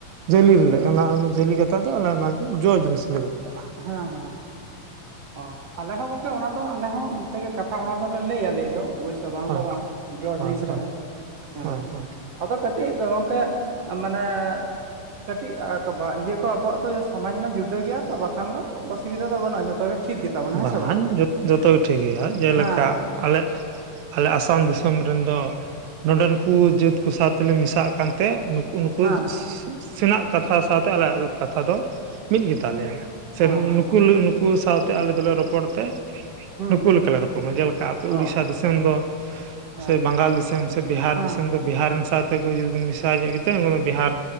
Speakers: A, on the right; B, on the right.
A: ᱡᱟᱹᱞᱤ ᱨᱮᱞᱮ ᱚᱱᱟ
B: ᱦᱮᱸ
A: ᱡᱟᱹᱞᱤ ᱠᱟᱛᱷᱟ ᱫᱚ ᱟᱞᱮ ᱚᱱᱟ ᱡᱚ ᱡᱤᱱᱤᱥ ᱞᱮ ᱵᱮᱵᱚᱦᱟᱨᱟ᱾
B: ᱦᱟᱸ ᱦᱟᱸ ᱚ ᱟᱞᱮ ᱦᱚᱸ ᱜᱚᱝᱠᱮ ᱚᱱᱟ ᱫᱚ ᱟᱞᱮ ᱦᱚᱸ ᱚᱱᱛᱮ ᱜᱮ ᱠᱟᱛᱷᱟ ᱚᱱᱟ ᱫᱚᱞᱮ ᱞᱟᱹᱭᱟ ᱞᱟᱹᱭ ᱫᱚ ᱚᱵᱚᱥᱥᱳᱭ ᱵᱟᱝ
A: ᱦᱳᱭ
B: ᱫᱚ ᱵᱟᱝ ᱡᱚ
A: ᱦᱳᱭ
B: ᱡᱤᱱᱤᱥ
A: ᱦᱳᱭ
B: ᱨᱮᱦᱚᱸ ᱦᱮᱸ
A: ᱦᱳᱭ ᱦᱳᱭ
B: ᱟᱫᱚ ᱠᱟᱹᱴᱤᱡ ᱜᱚᱝᱠᱮ ᱢᱟᱱᱮ ᱠᱟᱹᱴᱤᱡ ᱤᱭᱟᱹ ᱠᱚ ᱟᱵᱚᱣᱟᱜ ᱫᱚ ᱥᱟᱢᱟᱧᱱᱚ ᱡᱩᱫᱟᱹ ᱜᱮᱭᱟ ᱛᱚ᱾ ᱮᱱᱠᱷᱟᱱ ᱫᱚ ᱚᱥᱩᱵᱤᱫᱟ ᱫᱚ ᱵᱟᱹᱱᱩᱜ-ᱟ ᱡᱚᱛᱚ ᱜᱮ ᱴᱷᱤᱠ ᱜᱮᱛᱟᱵᱚᱱᱟ ᱦᱮᱸ
A: ᱵᱟᱝᱠᱷᱟᱱ
B: ᱥᱮ ᱵᱟᱝ
A: ᱡᱚᱛ ᱡᱚᱛᱚ ᱜᱮ ᱴᱷᱤᱠ ᱜᱮᱭᱟ ᱡᱮᱞᱮᱠᱟ
B: ᱦᱮᱸ ᱦᱮᱸ
A: ᱟᱞᱮ ᱟᱞᱮ ᱟᱥᱟᱢ ᱫᱤᱥᱚᱢ ᱨᱮᱱ ᱫᱚ ᱱᱚᱰᱮᱱ ᱠᱚ ᱡᱟᱹᱛ ᱠᱚ ᱥᱟᱶ ᱛᱮᱞᱮ ᱢᱮᱥᱟ ᱟᱠᱟᱱ ᱛᱮ ᱩᱱᱠᱩ
B: ᱦᱮᱸ
A: ᱥᱮᱱᱟᱜ ᱠᱟᱛᱷᱟ ᱥᱟᱶᱛᱮ ᱟᱞᱮᱭᱟᱜ ᱠᱟᱛᱷᱟ ᱫᱚ ᱢᱤᱫ ᱜᱮ ᱛᱟᱞᱮᱭᱟ᱾ ᱥᱮ
B: ᱦᱮᱸ ᱦᱮᱸ
A: ᱱᱩᱠᱩ ᱱᱩᱠᱩ ᱥᱟᱶᱛᱮ ᱟᱞᱮ ᱫᱚᱞᱮ ᱨᱚᱯᱚᱲ ᱛᱮ
B: ᱦᱩᱸ
A: ᱱᱩᱠᱩ ᱞᱮᱠᱟᱞᱮ ᱨᱚᱯᱚᱲᱚᱜᱟ᱾ ᱡᱮᱞᱮᱠᱟ ᱟᱯᱮ ᱩᱲᱤᱥᱥᱟ
B: ᱚ
A: ᱫᱤᱥᱚᱢ ᱫᱚ
B: ᱦᱮᱸ
A: ᱥᱮ ᱵᱟᱝᱜᱟᱞ ᱫᱤᱥᱚᱢ ᱥᱮ ᱵᱤᱦᱟᱨ
B: ᱦᱮᱸ
A: ᱫᱤᱥᱚᱢ ᱫᱚ ᱵᱤᱦᱟᱨ ᱨᱮᱱ ᱥᱟᱶᱛᱮ ᱠᱚ ᱡᱩᱫᱤ ᱠᱚ ᱢᱮᱥᱟ ᱧᱚᱜ ᱠᱟᱛᱮ ᱩᱱᱠᱩ ᱫᱚ ᱵᱤᱦᱟᱨ